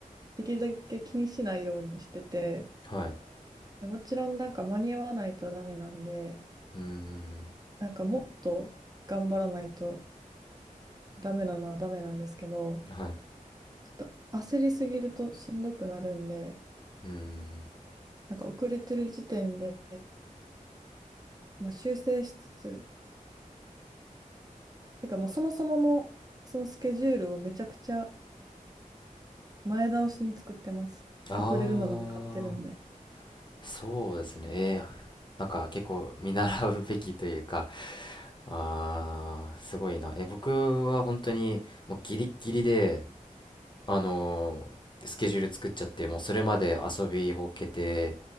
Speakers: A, on the right; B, on the left.
A: できるだけ気にしないようにしてて、
B: はい
A: もちろんなんか間に合わないとダメなんで、
B: うんうん
A: なんかもっと頑張らないとダメなのはダメなんですけど、
B: うんはい
A: ちょっと焦りすぎるとしんどくなるんで、
B: うん
A: なんか遅れてる時点で、まあ、修正しつつ、てかもうそもそものそのスケジュールをめちゃくちゃ前倒しに作ってます。
B: ああ
A: 遅れるのが分かってるんで。
B: ーそうですねえー、なんか結構見習うべきというかあーすごいなえ僕は本当にもうギリッギリであのースケジュール作っちゃってもうそれまで遊びほうけて